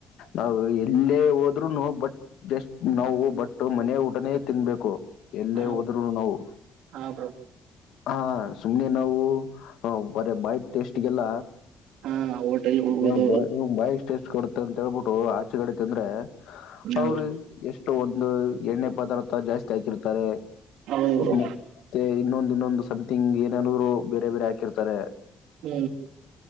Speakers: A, on the left (about 85°); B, on the right (about 85°).
A: ನಾವು ಎಲ್ಲೇ ಹೋದ್ರುನು ಬಟ್ ಜಸ್ಟ್ ನಾವು ಬಟ್ಟು ಮನೆ ಊಟನೇ ತಿನ್ಬೇಕು. ಎಲ್ಲೇ
B: ಹಾ
A: ಹೋದ್ರುನು ನಾವು.
B: ಹಾ ಬ್ರೋ
A: ಹಾ ಸುಮ್ನೆ ನಾವುಅ ಬಾಯ್ಗ್ ಟೇಸ್ಟ್ಗೆಲ್ಲ
B: ಹಾ ಹೋಟೆಲ್ ಹೋಗೋದು
A: ಈಗ ಬಾಯ್ ಇವಾಗ್ ಬಾಯ್ಗ್ ಟೆಷ್ಟ ಕೊಡುತ್ತೆ ಅಂತೇಳ್ಬಿಟ್ಟು ಆಚೆಕಡೆ ತಿಂದ್ರೆ
B: ಹಾ
A: ಅವ್ರ್
B: ಬ್ರೋ
A: ಎಷ್ಟೊ ಒಂದು ಎಣ್ಣೆ ಪದಾರ್ಥ ಜಾಸ್ತಿ ಹಾಕಿರ್ತಾರೆ.
B: ಹೌದು ಬ್ರೋ
A: ಮತ್ತೆ ಇನ್ನೊಂದ್ ಇನ್ನೊಂದು ಸಮ್ಥಿಂಗ್ ಏನೇನಾದ್ರು ಬೇರೆ ಬೇರೆ ಹಾಕಿರ್ತಾರೆ
B: ಹ್ಮ್